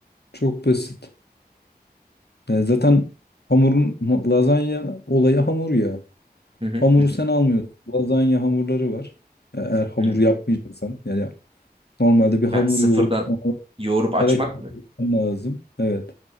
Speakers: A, on the left; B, on the right.
A: Çok basit. E, zaten hamurun lazanya olayı hamur ya.
B: Hı hı
A: Hamuru
B: hı hı.
A: sen almıyorsun. Lazanya hamurları var. E, Eğer hamur
B: hı.
A: yapmayacaksan yani normalde bir hamur
B: Ha, sıfırdan
A: yoğur,
B: yoğurup
A: kare
B: açmak
A: kare
B: mı?
A: yapman lazım. Evet.